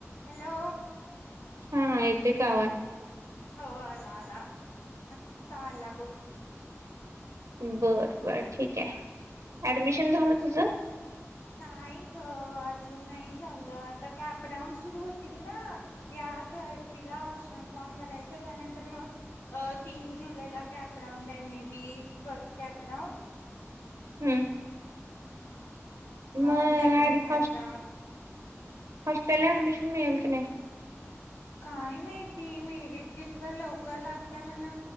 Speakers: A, on the left (about 70°); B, on the right (about 85°).
A: Hello
B: हां येते का आवाज?
A: हो आला आला आता आला बघ.
B: बर बर ठीक आहे ऍडमिशन झाल तुझ?
A: नाही ग अजून नाही झाल आता काय कॅप राऊंड सुरू होतील ना. या थर्टीला ऑप्शन फॉर्म भरायच त्यानंतर मग अ तीन जुलैला कॅप राऊंड आहे मे बी फर्स्ट कॅपराऊंड.
B: हम्म
A: <inaudible>
B: मग
A: सेकंड कॅप
B: <unintelligible>
A: राऊंड
B: हॉस्टेलला ऍडमिशन मिळेल की नाही?
A: काय माहिती मेरिट लिस्ट तर लवकर लागत्या म्हण?